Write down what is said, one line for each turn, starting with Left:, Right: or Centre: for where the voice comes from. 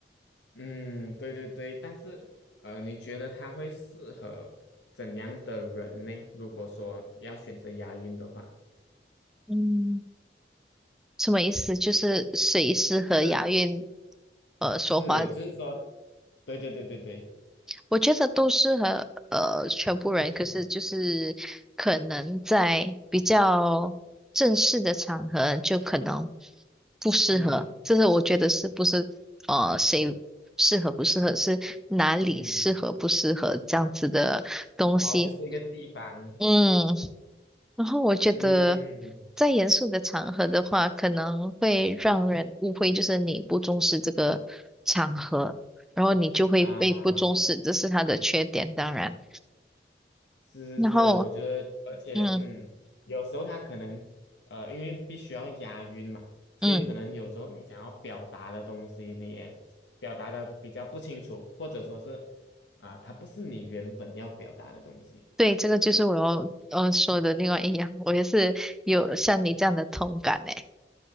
Left: 嗯，对对对，但是呃，你觉得他会适合怎样的人呢？如果说要选择押韵的话，
Centre: 嗯，什么意思？就是谁适合押韵
Left: 就是
Centre: 呃说话
Left: 是，就是说，对对对对对，
Centre: 我觉得都适合呃全部人，可是就是可能在比较正式的场合就可能不适合。
Left: 嗯
Centre: 这是我觉得是不是呃谁适合不适合，是哪里适合不适合这样子的东西。
Left: 嗯，哦，就是一个地方，
Centre: 嗯，然后我觉得
Left: 嗯
Centre: 在严肃的场合的话，可能会让人误会，就是你不重视这个场合。然后你就会被不重视，
Left: 啊。
Centre: 这是它的缺点，当然。
Left: 是是是，
Centre: 然后，
Left: 我觉得，而且，
Centre: 嗯
Left: 嗯，有时候他可能，呃，因为必须要押韵嘛，所以可能有时候你想要表达的东西，
Centre: 嗯，
Left: 你也表达的比较不清楚，或者说是，啊、它不是你原本要表达的东西。
Centre: 对，这个就是我要呃说的另外一样，我也是有像你这样的同感诶。